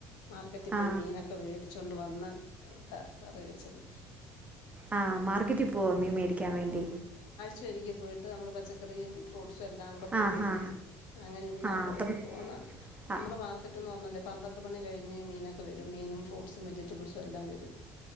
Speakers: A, on the left; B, on the right.
A: മാർക്കറ്റ്
B: ആ
A: പോയി മീനൊക്കെ വേടിച്ചോണ്ട് വന്ന് ട്ടാ കറി വെച്ചത്
B: ആ മാർക്കറ്റ് പോവോ മീൻ മേടിക്കാൻ വേണ്ടി
A: ശെരിക്ക് പോയിട്ട് നമ്മള് പച്ചക്കറിയും ഫ്രൂട്ട്സ് ഉം എല്ലാം കൂടെ പോയി
B: ആ
A: മേടിക്കും
B: ഹാ
A: അങ്ങനെ ഇന്നാ
B: ആ
A: പോയത്.
B: അപ്പം
A: പോന്ന
B: ആ
A: നമ്മുടെ മാർക്കറ്റ്ന്ന് പറഞ്ഞാല് പന്ത്രണ്ട് മണി കഴിഞ്ഞ് മീനൊക്കെ വരും മീനും, ഫ്രൂട്ട്സും, വെജിറ്റബിൾസും എല്ലാം വരും.